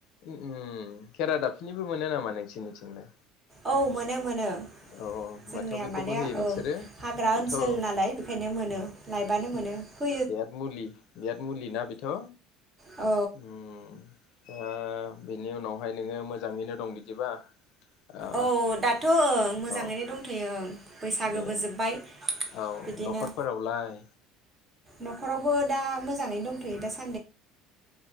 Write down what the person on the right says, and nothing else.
औ मोनो मोनो
जोंनिया
माने
ओं हाग्रा
ओनसोल
नालाय बेखायनो मोनो लायबानो मोनो हो
औ
औ दाथ' ओं। मोजांङैनो
दंथ'यो। ओं बैसागोबो
जोब्बाय।
बिदिनो
न'खरावबो दा मोजांङैनो दंथयो दासान्दि